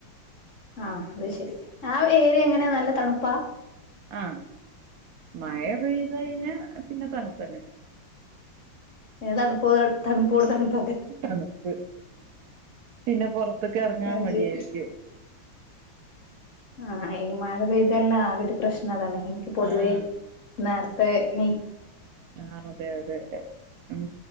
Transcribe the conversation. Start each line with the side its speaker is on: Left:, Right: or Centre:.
Left: ആ അത് ശെരി ആ ഏരിയ എങ്ങനെ നല്ല തണു പ്പ
Right: ആ മഴ പെയ്ത് കഴിഞ്ഞാ പിന്നെ തണുപ്പന്നെ
Left: പിന്നെ തണു തണുപ്പോട് തണുപ്പ്
Right: തണുപ്പ് പിന്നെ പൊറത്ത്ക്ക് എറങ്ങാ
Left: അത്
Right: മടിയാരിക്കും
Left: ശരി ആ ആ ഈ മഴപെയ്തെല്ലാ ആകെ ഒരു പ്രശ്നതാണെ എനിക്ക് പൊതുവേ
Right: ആഹ്
Left: നേര ത്തെ എ
Right: ആ അതെ അതെ ഉം